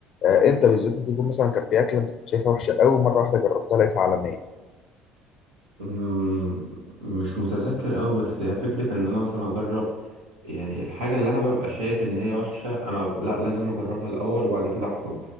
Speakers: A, on the left; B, on the right.
A: آه، انت بالذات ممكن يكون مثلا كان في اكله انت كنت شايفها وحشه قوي مره واحده جربتها لقيتها عالميه
B: مم، مش متذكر أوي بس هي فكرة ان انا مثلا اجرب يعني الحاجة اللي انا ببقى شايف ان هي وحشة انا ب- لا لازم اجربها الاول وبعد كده احكم